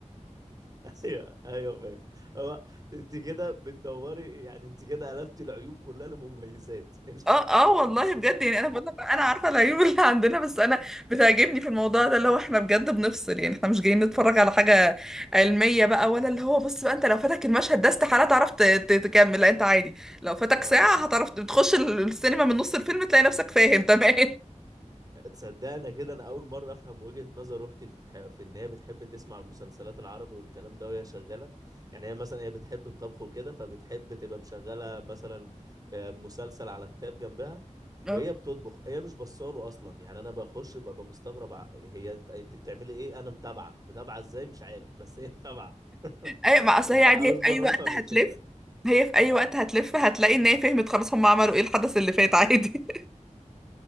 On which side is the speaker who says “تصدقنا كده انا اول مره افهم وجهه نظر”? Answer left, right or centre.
Right